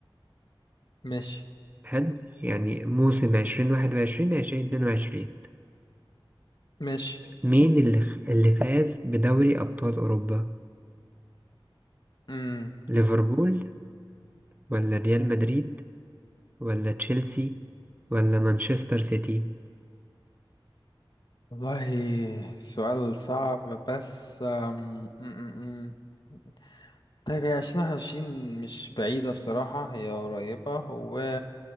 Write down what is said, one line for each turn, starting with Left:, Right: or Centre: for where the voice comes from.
Left: ماشي
Right: حلو يعني موسم عشرين واحد وعشرين عشرين اتنين وعشرين
Left: ماشي
Right: مين اللي خ- اللي فاز بدوري أبطال أوروبا
Left: مم.
Right: ليفربول ولا ريال مدريد ولا تشيلسي ولا مانشستر سيتي
Left: والله سؤال صعب بس أم... أم، أم، أم. طيب هي عشرين واحد وعشرين مش بعيدة بصراحة هي قريبة و